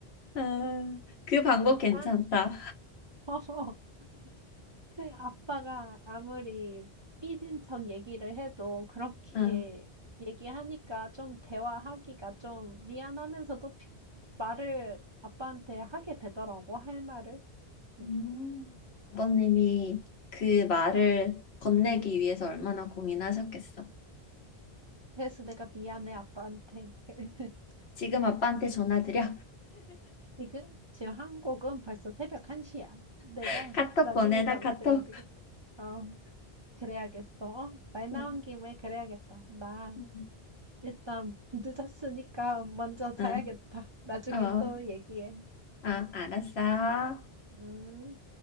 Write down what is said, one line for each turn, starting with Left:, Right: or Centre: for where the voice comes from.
Left: 아, 그 방법 괜찮다.
Right: 그땀 <laughs> 그 아빠가 아무리 삐진 척 얘기를 해도 그렇게
Left: 응.
Right: 얘기하니까 좀 대화하기가 좀 미안하면서도 피- 말을 아빠한테 하게 되더라고, 할 말을. 음,
Left: 음. 아버님이
Right: 음.
Left: 그 말을 건네기 위해서 얼마나 고민하셨겠어.
Right: 그래서 내가 미안해, 아빠한테. <laughs>
Left: 지금 아빠한테 전화 드려.
Right: 지금, 지금 한국은 벌써 새벽 1시야. 내가
Left: <laughs> 카톡
Right: 나중에
Left: 보내나
Right: 전화드려야
Left: 카톡.
Right: 되겠다. 어, 그래야겠어. 어, 말 나온
Left: 응,
Right: 김에 그래야겠다. 나
Left: 응,
Right: 일단 늦었으니까 먼저 자야겠다.
Left: 응.
Right: 나중에
Left: 어,
Right: 또 얘기해.
Left: 아, 알았어.
Right: 음.